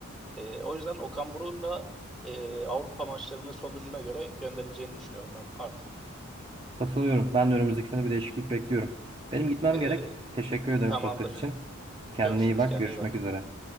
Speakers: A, in the centre; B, on the right.
A: E, o yüzden Okan Buruk'un da e, Avrupa maçlarının sonucuna göre gönderileceğini düşünüyorum ben artık.
B: Katılıyorum. Ben de önümüzdeki sene bir değişiklik bekliyorum. Benim gitmem
A: E,
B: gerek. Teşekkür ederim
A: Tamamdır.
B: sohbet için. Kendine
A: Görüşürüz.
B: iyi bak.
A: Kendine
B: Görüşmek
A: iyi bak.
B: üzere.